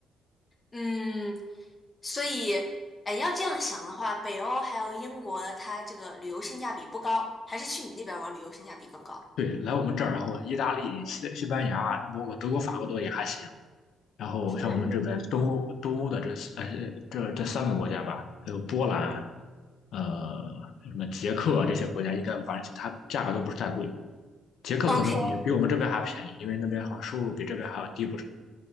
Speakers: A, on the left (about 30°); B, on the left (about 75°).
A: 嗯，所以哎，要这样想的话，北欧还有英国，它这个旅游性价比不高，还是去你那边玩旅游性价比更高。
B: 对，来我们这儿，然后意大利、西西班牙啊、包括德国、法国都也还行。然后像我们这边东欧东欧的这呃这这三个国家吧，
A: 嗯。
B: 还有波兰，呃什么捷克啊这些国家，应该玩它价格都不是太贵。捷克可能比比我们这边还便宜，
A: OK，
B: 因为那边好像收入比这边还要低不少。